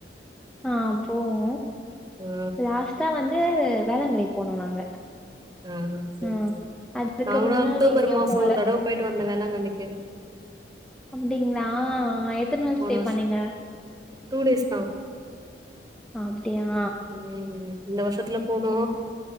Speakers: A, in the centre; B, on the right.
A: ஆ போவோ
B: ஆ
A: லாஷ்ட்டா வந்து வேளாங்கண்ணி போனோ நாங்க
B: ஆ சேரி
A: ம்
B: சேரி
A: அதுக்கு
B: நா கூட
A: முன்னாடி
B: அக்டோபர்
A: எங்கயு
B: மாசோ
A: போல
B: ஒரு தடவ போய்ட்டு வந்தே வேளாங்கண்ணிக்கி
A: அப்டிங்ளா எத்தன் நாள்
B: போன
A: ஸ்டே
B: வருஷோ
A: பண்ணீங்க
B: டூ டேஸ் தா
A: அப்டியா
B: ம் இந்த வருஷத்துல போனு